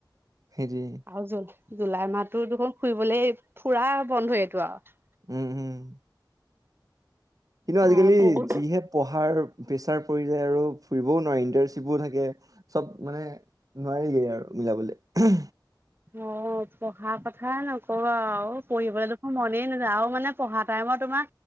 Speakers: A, on the right; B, on the right.
A: সেইটোৱে
B: আৰু জোন জুলাই মাহতো দেখোন ফুৰিবলৈ ফুৰা বন্ধ এইটো আৰু।
A: উম - উম। কিন্তু
B: আহ
A: আজিকালি
B: বহুত
A: যিহে পঢ়াৰ। প্ৰেচাৰ পৰি যায় আৰু ফুৰিবও নোৱি ইণ্টাৰশ্বিপো থাকে চব মানে নোৱাৰিয়েই আৰু। মিলাবলৈ
B: অ পঢ়া কথা নকবা আৰু পঢ়িবলে দেখো মনেই নাযাওঁ মানে পঢ়া টাইমত তোমাৰ